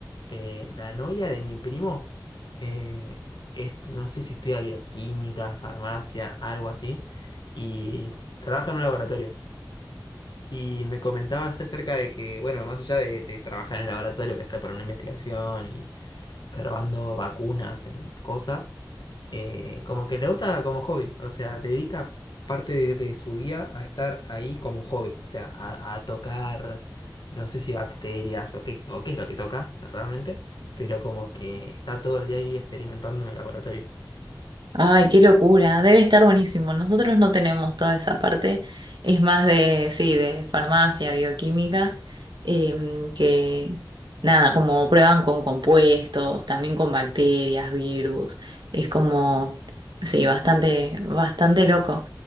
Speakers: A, on the left; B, on the right.
A: eh, la novia de mi primo, eh, es, no sé si estudia bioquímica, farmacia, algo así, y trabaja en un laboratorio. Y me comentabas acerca de que, bueno, más allá de, de trabajar en el laboratorio, que está para una investigación y probando vacunas en cosas, eh, como que le gusta como hobby, o sea, dedica parte de, de su día a estar ahí como hobby, o sea, a, a tocar, no sé si bacterias o qué, o qué es lo que toca realmente, pero como que está todo el día ahí experimentando en el laboratorio.
B: Ay, qué locura, debe estar buenísimo. Nosotros no tenemos toda esa parte, es más de, sí, de farmacia, bioquímica, em, que nada, como prueban con compuestos, también con bacterias, virus, es como, sí, bastante, bastante loco.